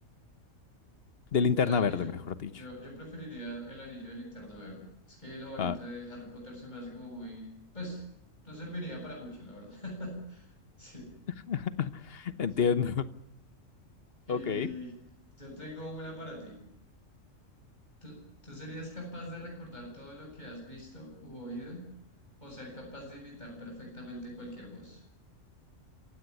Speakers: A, on the left (about 50°); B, on the left (about 35°).
A: De linterna
B: El anillo.
A: verde, mejor dicho.
B: Yo, yo preferiría el anillo del Linterna Verde. Es que la varita
A: Ah,
B: de Harry Potter se me hace como muy... Pues, no serviría para mucho, la verdad. <laughs> Sí,
A: <laughs> entiendo.
B: sí. Y
A: Ok.
B: yo tengo una para ti. ¿Tú, tú serías capaz de recordar todo lo que has visto u oído? ¿O ser capaz de imitar perfectamente cualquier voz?